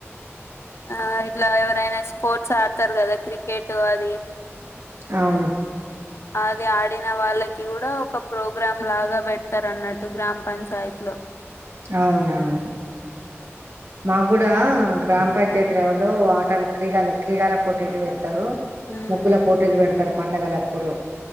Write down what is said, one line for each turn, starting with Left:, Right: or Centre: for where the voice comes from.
Left: ఆ ఇట్లా ఎవరైనా స్పోర్ట్స్ ఆడతారు కదా క్రికెట్ అది
Right: అవును
Left: అది ఆడిన వాళ్ళకి కూడా ఒక ప్రోగ ప్రగ్రామ్ లాగా పెడతారు అన్నట్టు గ్రామ పంచాయత్ లో
Right: అవునవును మాకు కూడా గ్రామ పంచాయతీ లెవెల్లో ఆటల క్రీడలు క్రీడల పోటీలు పెడతారు తారు
Left: ఉమ్
Right: ముగ్గుల పోటీలు పెడతారు పండుగలప్పుడు